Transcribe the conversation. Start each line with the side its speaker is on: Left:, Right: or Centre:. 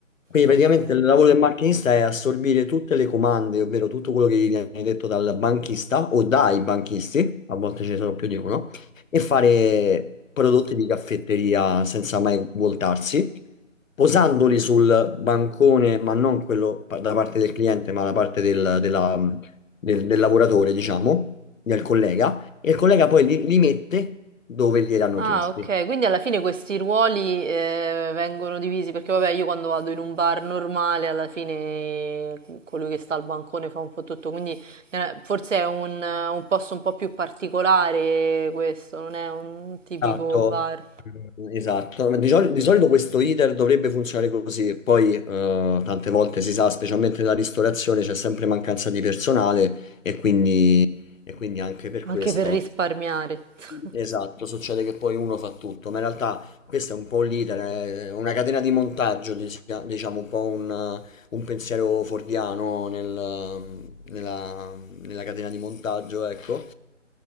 Left: Quindi
Right: ok.
Left: praticamente il lavoro del macchinista è assorbire tutte le comande, ovvero tutto quello che gli viene detto dal banchista o dai banchisti, a volte ce ne sono più di uno, e fare prodotti di caffetteria senza mai voltarsi, posandoli sul bancone, ma non quello pa- da parte del cliente, ma da parte del- della del, del lavoratore, diciamo, del collega, e il collega poi li, li mette dove gliel'hanno
Right: Ah,
Left: chiesti.
Right: okay. Quindi alla fine questi ruoli, ehm, vengono divisi perché vabbè io quando vado in un bar normale alla fine co- colui che sta al bancone fa un po' tutto, quindi eh, forse è un, un posto un po' più particolare questo, non è un tipico
Left: Esatto,
Right: bar,
Left: Mm, esatto. Ma Di, soli- di solito questo iter dovrebbe funzionare così, poi eh, tante volte si sa, specialmente nella ristorazione, c'è sempre mancanza di personale e quindi, e quindi anche per questo.
Right: anche per risparmiare. <laughs>
Left: Esatto, succede che poi uno fa tutto, ma in realtà questo è un po' l'iter, è una catena di montaggio, dis- diciamo un po' un, eh, un pensiero fordiano nel- nella, nella catena di montaggio, ecco.